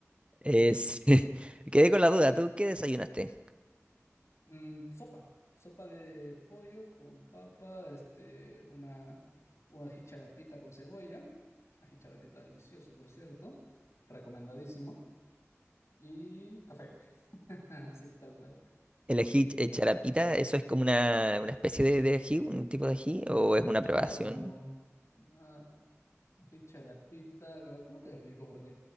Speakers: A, on the right; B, on the left.
A: Es... <laughs> Quedé con la duda, ¿tú qué desayunaste?
B: Mm, sopa, sopa de pollo con papa, este, una, una jicharapita con cebolla, una jicharapita delicioso, por cierto, recomendadísimo, y café, <laughs> así que tal cual.
A: ¿El ají ch- eh,
B: As-
A: charapita, eso es como una, una especie de, de ají, un tipo de ají, o es una preparación?
B: claro, una jicharapita, a ver, ¿cómo te lo explico? Porque,